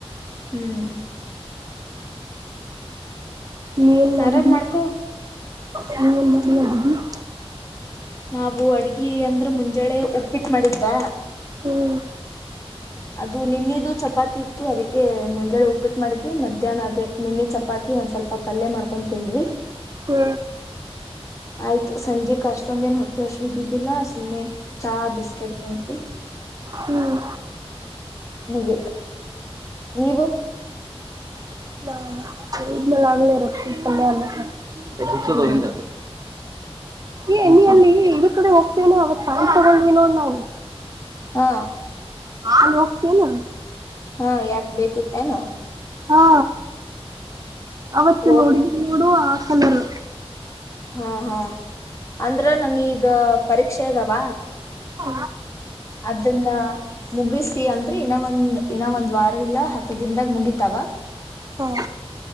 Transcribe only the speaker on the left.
ಹ್ಮ್
ಆರಾಮ್ ಮಾಡ್ಕೊ
ನಾವು ಅಡಗಿ ಅಂದರೆ ಮುಂಜಾನೆ ಉಪ್ ಉಪ್ಪಿಟ್ ಮಾಡಿದ್ರ
ಅದ್ ದು ನೆನ್ನೆದು ಚಪಾತಿ ಇತ್ತು ಅದಕ್ಕೆ ಮುಂಜಾನೆ ಉಪ್ಪಿಟ್ ಮಾಡಿದ್ವಿ ಮಧ್ಯಾಹ್ನ ಅದೇ ನಿನ್ನೆ ಚಪಾತಿ ಒಂದ್ ಸ್ವಲ್ಪ ಪಲ್ಯ ಮಾಡ್ಕೊಂಡ್ ತಿಂದ್ವಿ.
ಆಯ್ತು ಸಂಜೆ ಕ ಅಷ್ಟೊಂದ್ ಏನು ಹೊಟ್ಟೆ ಹಸ್ವ್ ಇದ್ದಿದ್ದಿಲ್ಲ ಸುಮ್ನೆ ಚಹಾ ಬಿಸ್ಕೆಟ್ ತಿಂದ್ವಿ.
ಮುಗಿತು. ನೀವು?
ಹ್ಮ್
ಹಾ
ಅ ಯಾಕ್ ಬೇಕಿತ್ತೇನು?
ಹೋಗ್
ಹಾ-ಹಾ. ಅಂದ್ರ ನಮೀಗ ಪರೀಕ್ಷೆ ಅದಾವ
ಅದನ್ನ ಮುಗಿಸ ಅಂದ್ರಿ ಇನ್ನ ಒಂದ್ ಇನ್ನ ಒಂದ್ ವಾರ ಇಲ್ಲ ಹತ್ತ ಹತ್ತ್ ದಿನ್ದಾಗ ಮುಗಿತಾವ